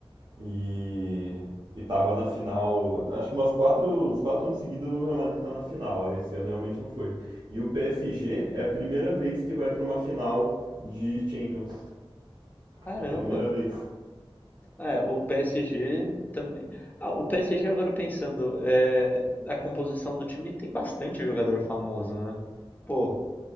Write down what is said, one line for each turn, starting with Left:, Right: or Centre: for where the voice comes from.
Right: E, e tava na final, acho que umas quatro, uns quatro anos seguidos o Real Madrid tá na final, aí esse ano realmente não foi. E o PSG é a primeira vez que vai pra uma final de Champions.
Left: Caramba.
Right: É a primeira vez.
Left: É, o PSG também. Ah, o PSG agora pensando, é, a composição do time tem bastante jogador famoso, né? Pô,